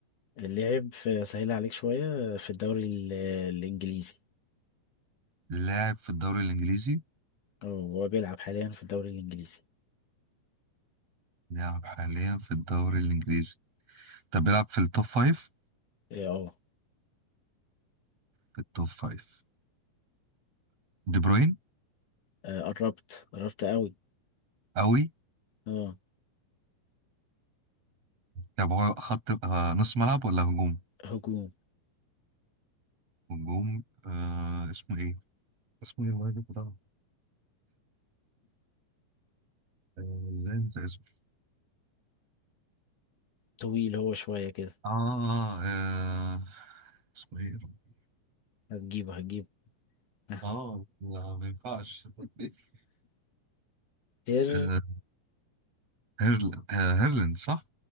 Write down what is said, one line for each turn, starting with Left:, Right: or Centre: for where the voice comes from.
Left: لعب في سهل عليك شوية في الدوري ال- الانجليزي
Right: لاعب في الدوري الإنجليزي
Left: اه هو بيلعب حاليا في الدوري الانجليزي
Right: لاعب حاليا في الدوري الإنجليزي طب بيلعب في التوب فايف
Left: اه
Right: في التوب فايف دي بروين
Left: آه، آه، قربت قربت قوي
Right: قوي
Left: اه
Right: طب هو خط آه نص ملعب ولا هجوم
Left: هجوم
Right: هجوم آه اسمه ايه اسمه ايه المهاجم بتاعه آه، ازاي انسى اسمه
Left: طويل هو شوية كده
Right: آه, اه اسمه ايه يا رب؟
Left: هتجيبه هتجيبه <laughs>
Right: اه لا ما ينفعش <laughs>
Left: اير
Right: آه هيرل آه هيرلند صح